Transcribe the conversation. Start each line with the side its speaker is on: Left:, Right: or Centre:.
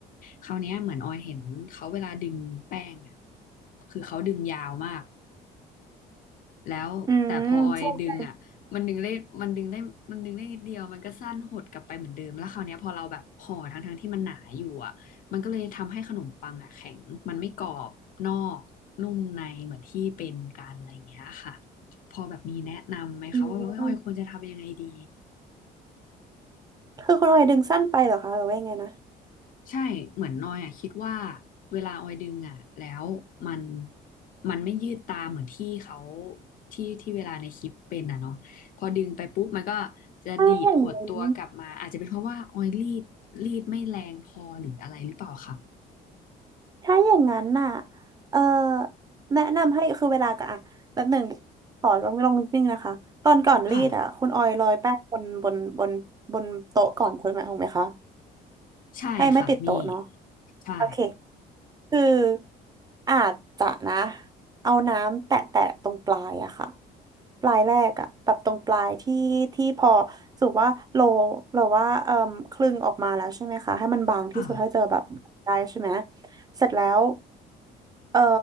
Left: คราวเนี้ยเหมือนออยเห็นเขาเวลาดึงแป้งอ่ะคือเขาดึงยาวมาก แล้วแต่พอออยดึงอ่ะมันดึงได้มันดึงได้มันดึงได้นิดเดียวมันก็สั้นหดกลับไปเหมือนเดิมแล้วคราวเนี้ยพอเราแบบห่อทั้งทั้งที่มันหนาอยู่อ่ะมันก็เลยทำให้ขนมปังอ่ะแข็งมันไม่กรอบนอกนุ่มในเหมือนที่เป็นกันอะไรอย่างเงี้ยค่ะ
Right: อืมใช่ใช่
Left: พอแบบมีแนะนำไหมคะว่าแบบเอ้ยออยควรจะทำยังไงดี
Right: อืมคือคุณออยดึงสั้นไปเหรอคะหรือว่ายังไงนะ
Left: ใช่เหมือนนอยอ่ะคิดว่าเวลาออยดึงอ่ะแล้วมันมันไม่ยืดตามเหมือนที่เขาที่ที่เวลาในคลิปเป็นอ่ะเนาะพอดึงไปปุ๊บมันก็จะดีดหดตัวกลับมาอาจจะเป็นเพราะว่าออยรีดรีดไม่แรงพอหรืออะไรหรือเปล่าค่ะ
Right: ไม่อย่างนั้น ถ้าอย่างนั้นน่ะเออแนะนำให้คือเวลาก็อ่ะแบบหนึ่งขอลองลองจริงๆนะคะ ตอนก่อนรีดอ่ะคุณออยโรยแป้งบนบนบนบนโต๊ะก่อนคุณไหมถูกไหมคะ
Left: ค่ะใช่ค่ะมี
Right: ให้ไม่ติดโต๊ะเนาะ
Left: ใช่
Right: โอเคคืออาจจะนะเอาน้ำแตะแตะตรงปลายอะค่ะ ปลายแรกอะแบบตรงปลายที่ที่พอสมมุติว่าโลเราว่าเอ่มคลึงออกมาแล้วใช่ไหมคะให้มันบางที่สุดเท่าที่จะแบบได้ใช่ไหม
Left: ค่ะ
Right: เสร็จแล้วเอ่อ